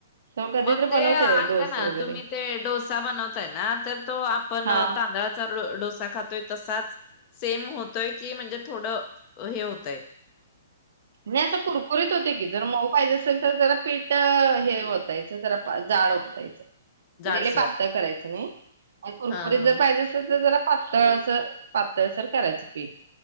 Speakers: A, on the right; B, on the left.
A: तर कधीतरी
B: मग ते
A: बनवते
B: ऐका
A: डोसे
B: ना
A: वगैरे
B: तुम्ही ते डोसा बनवताय ना तर तो आपण
A: हा
B: तांदळाचा ळ डोसा खातोय तसाच सेम होत तंय की म्हणज थोडं हे होतंय?
A: नाही असं कुरकुरीत होते की जर मऊ पाहिजे असेल तर जरा पीठ हे ओतायच सा जरा पा जाड ओतायच.
B: जाडसर
A: जे लई पातळ करायचं नाइ. म कुरकुरीत
B: हा हा
A: जर पाहिजे असेल तर जरा पातळ असं पातळसर करायचंग पीठ.